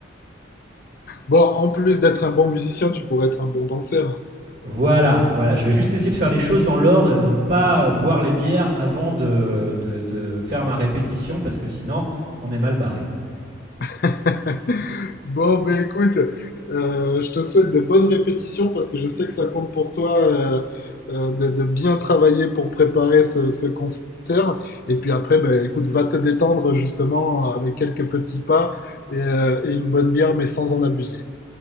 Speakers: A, on the left; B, on the right.
A: Bon, en plus d'être un bon musicien, tu pourrais être un bon danseur.
B: Voilà, voilà, je vais juste essayer de faire les choses dans l'ordre et de ne pas euh, boire les bières avant de, de- de faire ma répétition parce que sinon on est mal barré.
A: <laughs> Bon, ben écoute, euh, je te souhaite de bonnes répétitions parce que je sais que ça compte pour toi euh, euh, de, de bien travailler pour préparer ce, ce concert. Et puis après, ben écoute, va te détendre justement avec quelques petits pas et euh, et une bonne bière, mais sans en abuser.